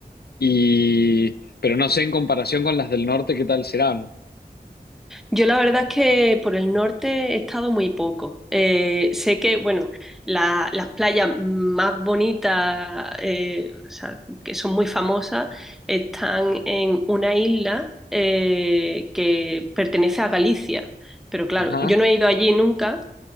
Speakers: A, on the left; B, in the centre.
A: y, pero no sé en comparación con las del norte qué tal serán.
B: Yo la verdad es que por el norte he estado muy poco. Eh, sé que, bueno, la- las playas más bonitas, eh, o sea, que son muy famosas, están en una isla eh, que pertenece a Galicia. Pero claro,
A: Ajá.
B: yo no he ido allí nunca